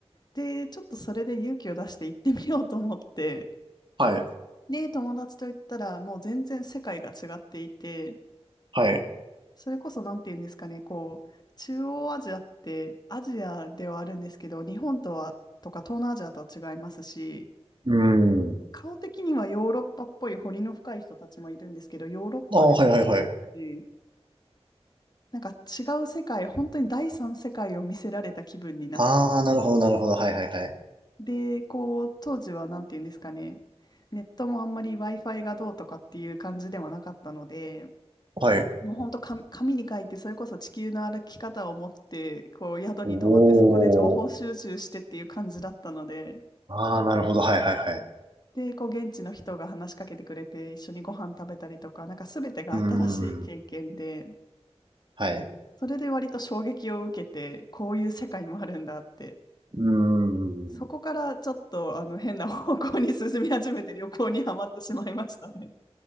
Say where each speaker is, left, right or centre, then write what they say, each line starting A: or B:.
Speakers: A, on the left (about 40°); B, on the right (about 50°).
A: で、ちょっとそれで勇気を出して行ってみようと思って、
B: はい。
A: で、友達と行ったらもう全然世界が違っていて、
B: はい。
A: それこそなんて言うんですかね、こう、中央アジアってアジアではあるんですけど、日本とは、とか東南アジアとは違いますし、
B: うん。
A: 顔的にはヨーロッパっぽい彫りの深い人たちもいるんですけど、ヨーロッパでもないですし、
B: ああ、はいはいはい。
A: なんか違う世界、本当に第三世界を見せられた気分になっ
B: ああ、なるほど、なるほど。はいはいはい。
A: て、こう、当時はなんていうんですかね、ネットもあんまり Wi-Fi がどうとかっていう感じではなかったので、
B: はい。
A: もう本当紙、紙に書いて、それこそ地球の歩き方を持って、こう宿に泊まって、
B: おー。
A: そこで情報収集してっていう感じだったので、
B: ああ、なるほど。はいはいはい。
A: で、こう現地の人が話しかけてくれて一緒にご飯食べたりとか、なんか全てが新しい経験で、
B: うーん。はい。
A: それで割と衝撃を受けて、こういう世界もあるんだって、
B: うーん。
A: そこからちょっとあの変な方向に進み始めて旅行にはまってしまいましたね。